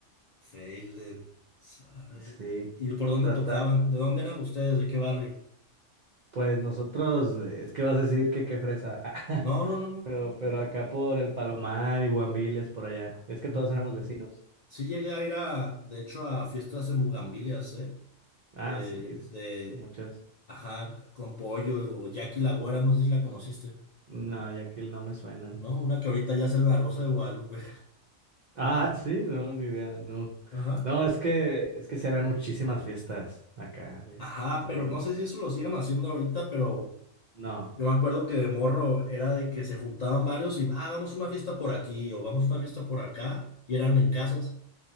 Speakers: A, on the left; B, on the right.
A: Feilen, ¿sabe?
B: Sí,
A: ¿Y por dónde
B: tratamos.
A: tocaban? ¿De dónde eran ustedes? ¿De qué barrio?
B: Pues nosotros, eh, es que vas a decir que qué fresa. <laughs>
A: No, no, no, no.
B: Pero, pero acá por el Palomar y Bugambilias, por allá. Es que
A: Ujú.
B: todos éramos vecinos.
A: Sí llegué a ir a, de hecho, a fiestas en Bugambilias, ¿eh?
B: Ah,
A: Eh,
B: sí, es-
A: de,
B: muchas.
A: ajá, con pollo o Jackie la Güera, no sé si la conociste,
B: No, ya que no me suenan.
A: ¿no? Una que ahorita ya sale en la Rosa de Guadalupe.
B: Ah, sí, no, ni idea, no.
A: <laughs> Ajá.
B: No, es que, es que sí había muchísimas fiestas acá de
A: Ajá,
B: en
A: pero
B: Bugambilias.
A: no sé si eso lo siguen haciendo ahorita, pero
B: No,
A: yo me acuerdo que de morro era de que se juntaban varios y, ah, vamos a una fiesta por aquí o vamos a una fiesta por acá, y eran en casas.